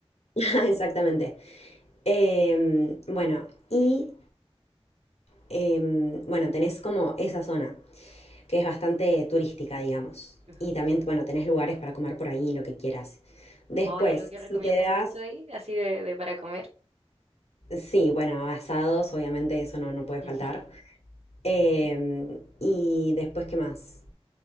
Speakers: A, on the left; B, on the right.
A: <laughs> exactamente. Eh, bueno, y eh, bueno, tenés como esa zona, que es bastante turística, digamos.
B: <laughs>
A: Y también, bueno, tenés lugares para comer por ahí, lo que quieras. Después,
B: Hoy algo que
A: si
B: recomiendas
A: te das,
B: mucho ahí, así de, de para comer.
A: sí, bueno, asados, obviamente eso no, no puede faltar.
B: Ujú,
A: Eh, y después, ¿qué más?